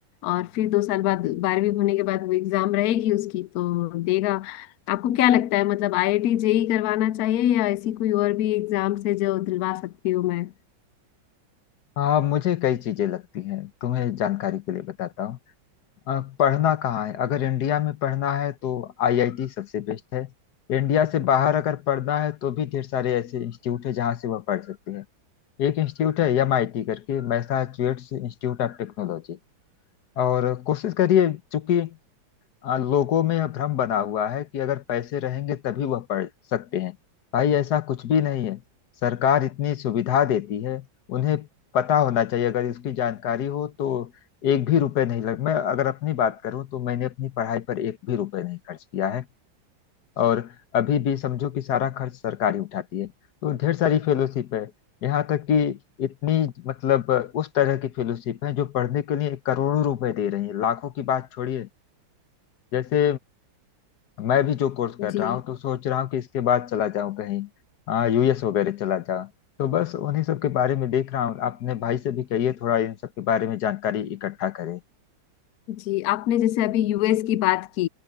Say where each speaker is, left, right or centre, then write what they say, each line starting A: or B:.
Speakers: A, on the left; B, on the left.
A: और
B: हम्म।
A: फिर दो साल बाद बारहवीं होने के बाद वो एग्जाम रहेगी उसकी तो देगा आपको क्या लगता है मतलब आईआईटी जेई करवाना चाहिए या ऐसी कोई और भी एग्जाम से जो दिलवा सकती हूँ मैं
B: हाँ मुझे कई चीजें लगती हैं तुम्हें जानकारी के लिए बताता हूँ अ, पढ़ना कहाँ है अगर इंडिया में पढ़ना है तो आईआईटी सबसे बेस्ट है इंडिया से बाहर अगर पढ़ना है तो भी ढेर सारे ऐसे इंस्टीट्यूट है जहाँ से वह पढ़ सकते हैं एक इंस्टीट्यूट है एमआईटी करके मैसाचुसेट्स इंस्टीट्यूट ऑफ टेक्नोलॉजी और कोशिश करिए चूंकि आ, लोगों में यह भ्रम बना हुआ है कि अगर पैसे रहेंगे तभी वह पढ़ सकते हैं भाई ऐसा कुछ भी नहीं है सरकार इतनी सुविधा देती है उन्हें पता होना चाहिए अगर इसकी जानकारी हो तो एक भी रुपए नहीं लग मैं अगर अपनी बात करूं तो मैंने अपनी पढ़ाई पर एक भी रुपए नहीं खर्च किया है और अभी भी समझो कि सारा खर्च सरकार ही उठाती है तो ढेर सारी फेलोशिप है यहाँ तक कि इतनी मतलब उस तरह की फेलोशिप है जो पढ़ने के लिए करोड़ों रुपए दे रही है लाखों की बात छोड़िए जैसे मैं भी जो कोर्स कर
A: जी
B: रहा हूँ तो सोच रहा हूँ कि इसके बाद चला जाऊँ कहीं हाँ यूएस वगैरह चला जाऊँ तो बस उन्हीं सब के बारे में देख रहा हूँ अपने भाई से भी कहिए थोड़ा इन सब के बारे में जानकारी इकट्ठा करे
A: जी आपने जैसे अभी यूएस की बात की